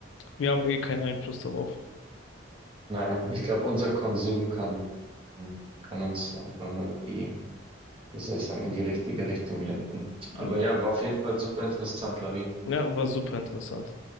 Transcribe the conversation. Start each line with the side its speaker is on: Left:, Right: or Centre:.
Left: wir haben eh keinen Einfluss darauf.
Right: Nein, ich glaube, unser Konsum kann, kann, kann uns einfach nur die, wie soll ich sagen, in die richtige Richtung lenken. Aber
Left: Hm.
Right: ja, war auf jeden Fall super interessant, Lavi.
Left: Ja, war super interessant.